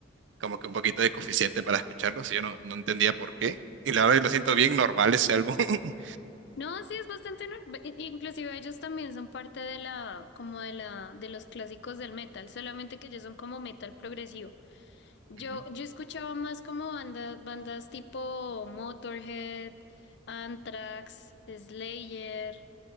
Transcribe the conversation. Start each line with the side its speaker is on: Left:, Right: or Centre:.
Right: como que un poquito de coeficiente para escucharlos y yo no, no entendía por qué. Y la verdad lo siento bien normal ese álbum. <laughs>
Left: No, sí, es bastante normal. Inclusive ellos también son parte de la, como de la, de los clásicos del metal, solamente que ellos son como metal progresivo. Yo,
Right: Ujú.
Left: yo escuchaba más como bandas, bandas tipo Motorhead, Anthrax, Slayer.